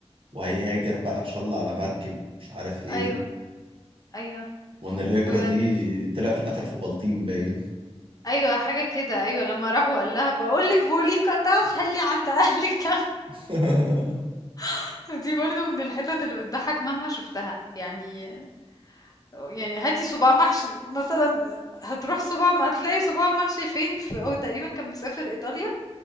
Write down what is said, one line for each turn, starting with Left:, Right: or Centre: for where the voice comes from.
Right: وهيهاجر بقى إن شاء الله على مركب مش عارف إيه
Left: ايوه ايوه
Right: وان الهجرة
Left: و
Right: دي طلع في الاخر في بلطيم باين
Left: أيوه، حاجة كده، أيوه، لمّا راح وقال لها باقول لِك بوليكا تا خلّي عند أهلِك ده،
Right: <laughs>
Left: <laughs> دي برضه من الحِتَت اللي بتضحّك مهما شُفتها، يعني يعني هاتي صُباع محشي مثلًا، هتروح صُباع م هتلاقي صُباع محشي فين ف هو تقريبًا كان مسافر إيطاليا،